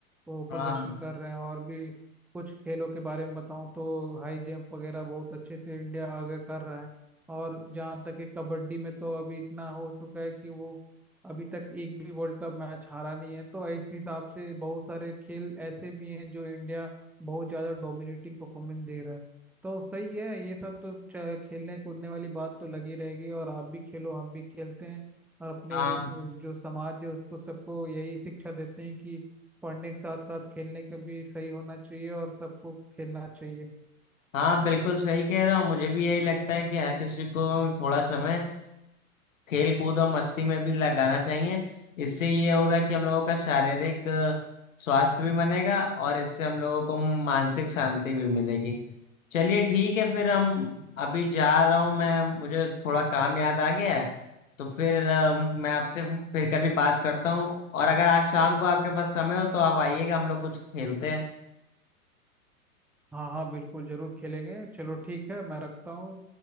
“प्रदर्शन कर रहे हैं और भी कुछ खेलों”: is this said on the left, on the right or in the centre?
Centre